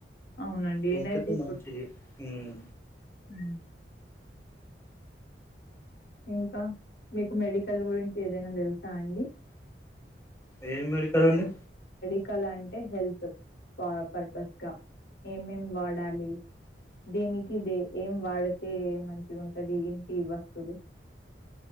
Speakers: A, on the left; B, on the left.
A: అవునండి
B: హెల్త్
A: ఎనర్జీ
B: కు మంచిది ఉమ్
A: ఉమ్ ఇంకా మీకు మెడికల్ గురించి ఏదైనా తెలుసా అండి?
B: ఏమి మెడికల అండి
A: క్కల అంటే హెల్త్ ప పర్పస్ గా ఏమేం వాడాలి దీనికి దే ఏం వాడితే మంచిగా ఉంటది, ఏంటి వస్తువులు?